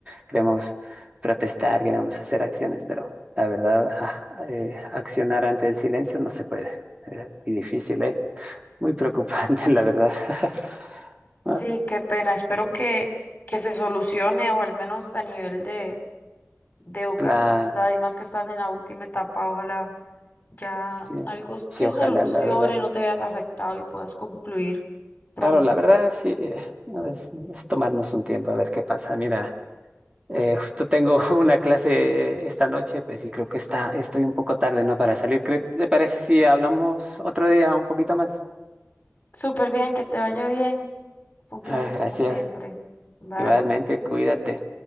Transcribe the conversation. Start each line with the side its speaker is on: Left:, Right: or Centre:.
Right: queremos protestar, queremos hacer acciones, pero la verdad, ah, eh, accionar ante el silencio no se puede. Eh, muy difícil, ¿eh? Muy preocupante, <laughs> la verdad. <laughs> Ah,
Left: Sí, qué pena. Espero que, que se solucione o al menos a nivel de, de educación,
Right: Claro,
Left: ¿verdad? Y más que estás en la última etapa, ojalá ya
Right: sí,
Left: algo se
Right: sí, ojalá,
Left: solucione,
Right: la verdad.
Left: no te veas afectado y puedas concluir pronto.
Right: Claro, la verdad, sí, eh, no, es, es tomarnos un tiempo a ver qué pasa. Mira, eh, justo tengo <laughs> una clase eh, esta noche, pues sí, creo que está, estoy un poco tarde, ¿no? Para salir. ¿Cre- ¿Te parece si hablamos otro día un poquito más?
Left: Súper bien, que te vaya bien. Fue un
Right: Ah,
Left: placer
Right: gracias.
Left: como siempre. Bye.
Right: Igualmente, cuídate.